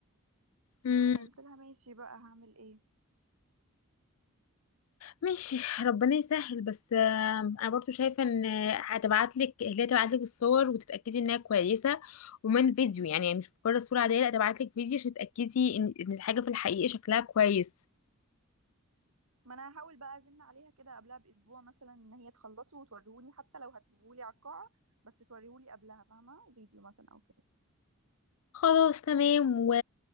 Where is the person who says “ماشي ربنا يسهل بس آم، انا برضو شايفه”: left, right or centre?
Left